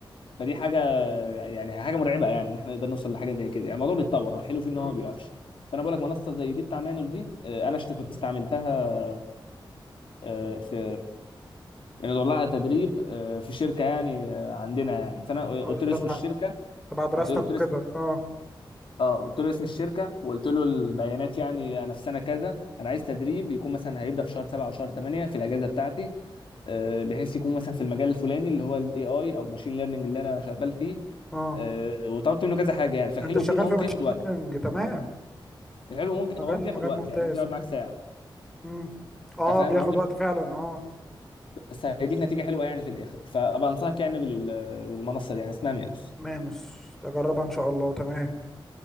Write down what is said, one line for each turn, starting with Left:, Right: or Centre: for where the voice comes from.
Left: فدي حاجه يعني حاجه مرعبه يعني ان احنا نقدر نوصل لحاجه زي كده يعني الموضوع بيتطور والحلو فيه ان
Centre: أمم.
Left: هو ما بيوقفش فانا بقول لك منصه زي دي بتاع مانوس دي آه، انا شت- كنت استعملتها آه، في يعني دور لها على تدريب آه، في شركه يعني آه، عندنا يعني فانا
Centre: اه
Left: قلت له
Centre: تبع
Left: اسم الشركه
Centre: تبع دراستك
Left: قلت له قلت
Centre: وكده
Left: له
Centre: اه
Left: اه قلت له اسم الشركه وقلت له البيانات يعني انا في سنه كذا انا عايز تدريب يكون مثلا هيبدا في شهر 7 او شهر 8 في الاجازه بتاعتي آه، بحيث يكون مثلا في المجال الفلاني اللي هو الاي اي او ماشين ليرنينج اللي انا شغال فيه
Centre: اه
Left: آه، وطلبت منه كذا حاجه يعني فالحلو
Centre: انت شغال
Left: فيه ان هو
Centre: في
Left: ممكن
Centre: ماشين
Left: ياخد وقت
Centre: ليرنينج تمام
Left: الحلو هو ممكن
Centre: مجال
Left: هو ممكن ياخد
Centre: مجال
Left: وقت
Centre: ممتاز
Left: يعني ممكن يقعد
Centre: م-
Left: معاك ساعه
Centre: م. اه
Left: انت فاهم
Centre: بياخد
Left: هو ممكن
Centre: وقت فعلا اه
Left: بس هيديك نتيجه حلوه يعني في الاخر فابقى انصحك يعني بال- بالمنصه دي يعني اسمها مينس
Centre: مانس تجربها ان شاء الله تمام